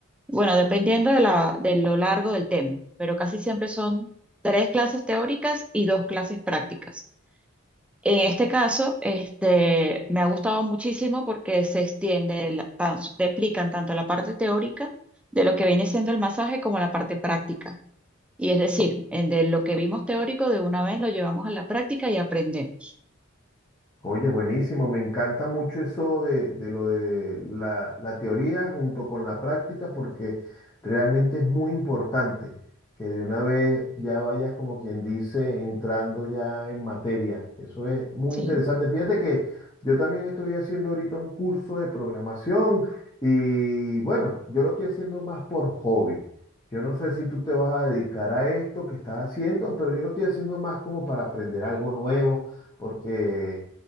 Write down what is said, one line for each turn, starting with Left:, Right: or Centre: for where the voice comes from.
Centre: Bueno, dependiendo de la, de lo largo del tema, pero casi siempre son tres clases teóricas y dos clases prácticas. En este caso, este, me ha gustado muchísimo porque se extiende, la- tan- te explican tanto la parte teórica de lo que viene siendo el masaje como la parte práctica. Y es decir, en de lo que vimos teórico de una vez lo llevamos a la práctica y aprendemos.
Left: Oye, buenísimo, me encanta mucho eso de, de lo de la, la teoría junto con la práctica porque realmente es muy importante que de una vez ya vayas como quien dice entrando ya en materia. Eso es muy
Centre: Sí,
Left: interesante. Fíjate que yo también estoy haciendo ahorita un curso de programación y bueno, yo lo estoy haciendo más por hobby. Yo no sé si tú te vas a dedicar a esto que estás haciendo, pero yo lo estoy haciendo más como para aprender algo nuevo porque...